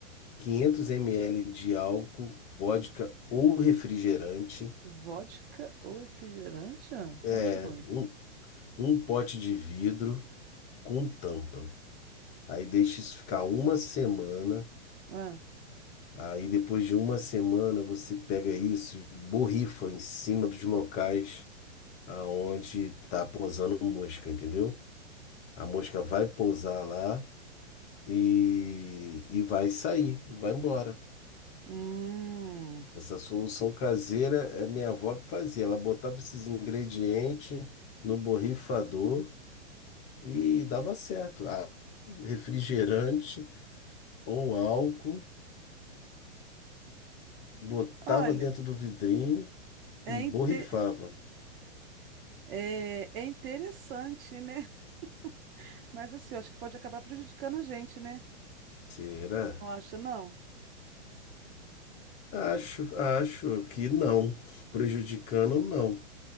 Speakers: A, on the left; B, on the right.
A: 500 ml de álcool, vodka ou refrigerante,
B: Vodka ou refrigerante? Ah, Continue.
A: é, um, um pote de vidro com tampa. Aí deixa isso ficar uma semana.
B: Ah,
A: Aí depois de uma semana você pega isso, e borrifa em cima dos locais aonde tá pousando mosca, entendeu? A mosca vai pousar lá e, e vai sair, vai embora.
B: hum.
A: Essa solução caseira é minha avó que fazia. Ela botava esses ingredientes no borrifador e dava certo. Ah, refrigerante ou álcool, botava
B: Olha,
A: dentro do vidrinho
B: é,
A: e borrifava.
B: inte- é, é interessante, né? <laughs> Mas assim, eu acho que pode acabar prejudicando a gente, né?
A: Será?
B: Você não acha, não?
A: Acho, acho que não. Prejudicando, não.